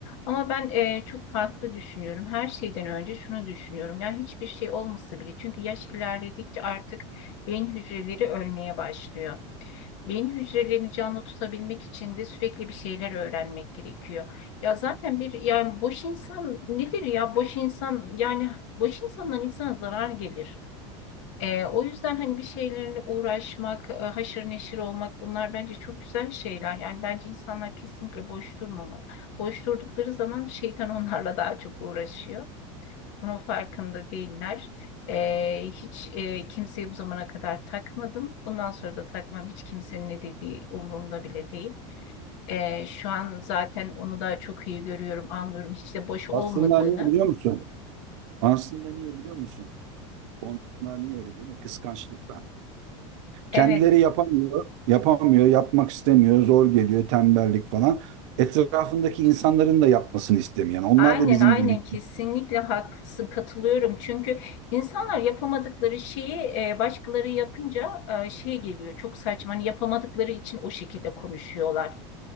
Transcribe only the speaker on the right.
Aslında niye biliyor musun? Aslında niye biliyor musun? Onlar niye öyle diyor? Kıskançlıktan.
Kendileri yapamıyor, yapamıyor, yapmak istemiyor, zor geliyor, tembellik falan. Etrafındaki insanların da yapmasını istemiyor. Yani onlar
da bizim
gibi.